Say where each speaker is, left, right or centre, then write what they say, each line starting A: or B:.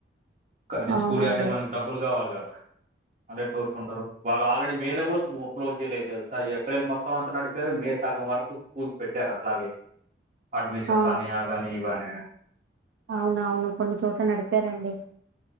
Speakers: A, on the right (about 40°); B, on the right (about 85°).
A: కానీ
B: అవునండి
A: స్కూల్ యాజమాన్యానికి డబ్బులు కావాలి కదా కోరుకుంటారు వాళ్ళు ఆల్రెడీ మే లో కూడా క్లోజ్ చేయలేదు తెలుసా ఏప్రిల్ మొ తం అంత నడిపారు మే సగం వరకు స్కూల్స్ పెట్టారు అట్లాగే అడ్మిషన్
B: ఆ
A: సాని అవనీ ఇవనే
B: అవునవును కొన్ని చోట్ల నడిపారండి